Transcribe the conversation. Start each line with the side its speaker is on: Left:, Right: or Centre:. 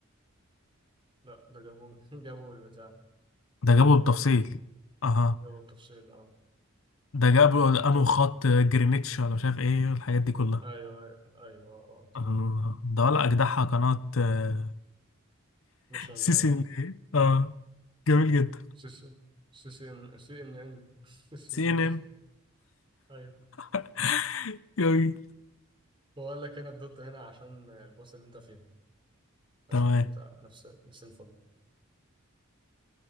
Right: لا ده جابوا <laughs> جابوا البتاع
Left: ده
Right: جابوا
Left: جابه بالتفصيل
Right: الوقت
Left: اها
Right: جابوا التفصيل <laughs> اه
Left: ده جابه انه
Right: تمام
Left: خط جرينتش ولا مش عارف ايه الحاجات دي كلها
Right: ايوه ايوه اه آه، تمام
Left: آه. ده ولا اجدعها قناة <laughs>
Right: نشان
Left: سي سي ان ايه <laughs> اه جميل جدا
Right: سيس سيس ان سي ان ان <laughs> سيس
Left: سي
Right: ان
Left: ان
Right: ان
Left: ان
Right: ايوه
Left: <laughs> جميل
Right: بقول لك هنا الدوت هنا عشان الباص اللي انت فيه تمام
Left: تمام
Right: انت نفس نفس الفندق